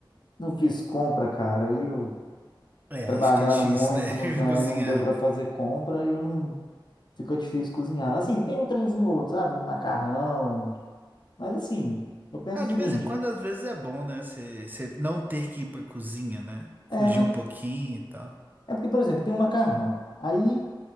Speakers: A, on the left (about 60°); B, on the right (about 20°).
A: não fiz compra, cara, aí eu
B: É,
A: trabalhando
B: aí fica difícil,
A: muito,
B: né? <laughs>
A: não,
B: Eu
A: né,
B: Cozinhar.
A: não deu para fazer compra e eu não ficou difícil cozinhar. Assim, tem um trenzinho ou outro, sabe? Um macarrão. Mas assim, eu penso
B: Ah,
A: o seguinte,
B: de vez em quando, às vezes é bom, né? Você não ter que ir pra cozinha, né? Fugir
A: é, mas
B: um pouquinho e tal.
A: é porque, por exemplo, tem um macarrão. Aí